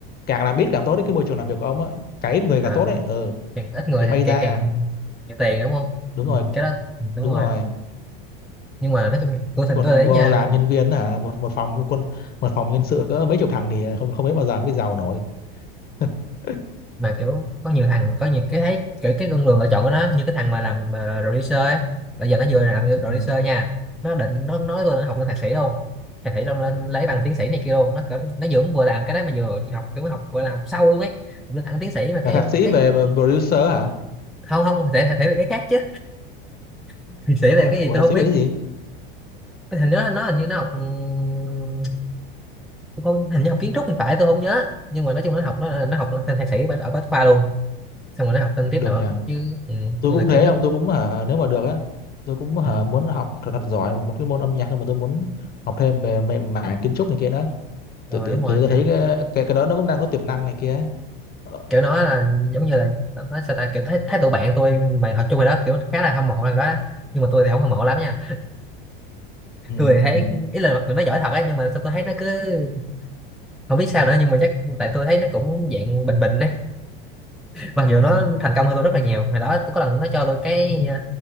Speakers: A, on the left; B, in the centre.
A: càng làm ít càng tốt đấy cái môi trường làm việc của ông á càng ít người
B: à,
A: càng tốt đấy ờ
B: càng ít người
A: thì may
B: thì càng
A: ra
B: càng nhiều tiền đúng không
A: đúng rồi
B: ừ, cái đó ừ, đúng
A: đúng
B: rồi
A: rồi
B: nhưng mà nói chung tôi
A: chứ
B: thành
A: còn
B: tôi để ý
A: vô
B: nha
A: làm nhân viên hả một một phòng quân một phòng nhân sự có mấy chục thằng thì không không biết bao giờ mới giàu nổi <laughs>
B: mà kiểu có nhiều thằng có nhiều cái thấy cái cái con đường lựa chọn của nó như cái thằng mà làm mà producer ấy bây giờ nó vừa làm
A: ừ.
B: producer nha nó định nó nói tôi nó học lên thạc sĩ luôn thạc sĩ luôn lên lấy bằng tiến sĩ này kia luôn nó kiểu nó vừa vừa làm cái đó mà vừa học kiểu học vừa là học sâu luôn ấy học lên thẳng tiến sĩ mà cái
A: là thạc sĩ
B: cái
A: về producer
B: ừ,
A: hả
B: không không thể thể về cái khác chứ <laughs> thể
A: ủa,
B: về cái gì
A: ủa
B: tôi
A: thạc
B: không
A: sĩ
B: biết
A: về cái gì
B: hình nó nó hình như nó học ừm, tôi không hình như học kiến trúc thì phải tôi không nhớ nhưng mà nói chung nó học nó nó học lên thạc sĩ ở ở Bách Khoa luôn xong rồi nó học thêm tiếp
A: được
B: nữa
A: nhỉ
B: chứ ừ,
A: tôi
B: như
A: cũng
B: là kiểu
A: thế
B: nó
A: không tôi cũng hả nếu mà được á tôi cũng hả
B: ừ,
A: muốn học thật, thật giỏi một cái môn âm nhạc thôi mà tôi muốn học thêm về mê- mảng kiến trúc này kia đó
B: rồi
A: tự tự
B: đúng
A: tự
B: rồi
A: tôi
B: kiểu
A: thấy cái, cái cái đó nó cũng đang có tiềm năng này kia ấy. Ờ,
B: kiểu nó là giống như là nó nó sao ta kiểu thấy thấy tụi bạn tôi mà học chung rồi đó kiểu khá là hâm mộ thằng đó nhưng mà tôi thì không hâm mộ lắm nha
A: ừ
B: tôi thì thấy
A: ừ
B: ý là mặc dù nó giỏi thật ấy nhưng mà sao tôi thấy nó cứ không biết sao nữa nhưng mà chắc tại tôi thấy nó cũng dạng bình bình đấy mặc
A: ừ
B: dù nó thành công hơn tôi rất là nhiều hồi đó có lần nó cho tôi cái
A: ừ ừ.
B: ờ,